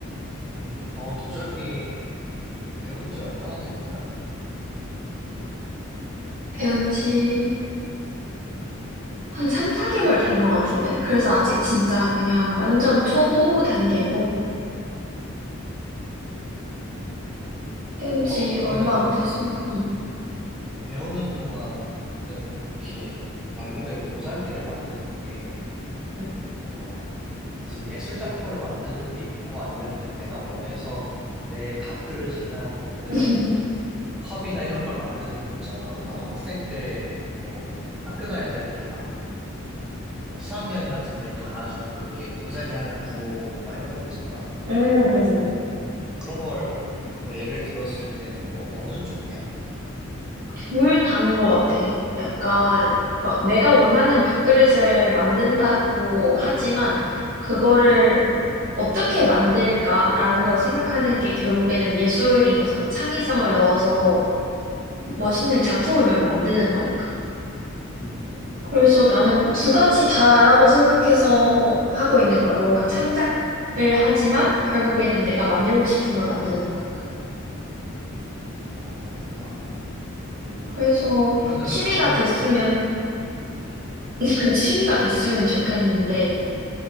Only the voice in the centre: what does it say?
음, 어, 도자기는 배운 지 얼마나 된 거야?
음,
막,
그러면은,
배우는 동안은, 이게, 말 그대로 도자기를 만드는 게,
어, 무슨 예술 작품을 만드는 게 있고, 아니면 그냥 내가 원해서 내 밥그릇이나 뭐, 이런
컵이나 이런 걸 만드는 게 있잖아. 나도 학생 때, 뭐, 학교 다닐 때 이렇게 막, 뭐, 수학여행 같은 데 가가지고 이렇게 도자기 하나 구워오고 막 이런 거 있잖아.
그런 걸, 뭐, 예를 들었을 때는 뭐, 어느 쪽이야?
응,
응,
아, 그렇구나. 오.
그러면은
그거는
이제, 음,